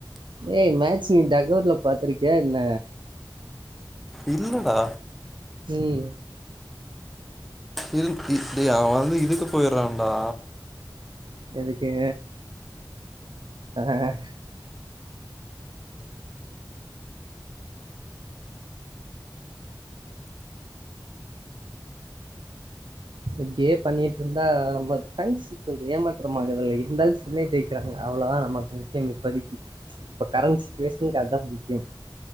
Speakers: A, on the right; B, in the centre.
A: ஏய் மேட்ச் நீ டக்கவுட்ல பாத்துருக்கியா என்ன
B: இல்லடா
A: உம்
B: இருந் இ இ அவன் வந்து இதுக்கு போயிறான்டா
A: எதுக்கு ஆ அ இப்டியே பண்ணிட்டு இருந்தா நம்ம <unintelligible> கொஞ்சோ ஏமாத்துர <unintelligible> இருந்தால் சென்னை ஜெயிக்கிறாங்க அவ்ளோதா நமக்கு முக்கியம் இப்பதிக்கி இப்ப கரண்ட் சட்சுவேஷனுக்கு அதுதா முக்கியம்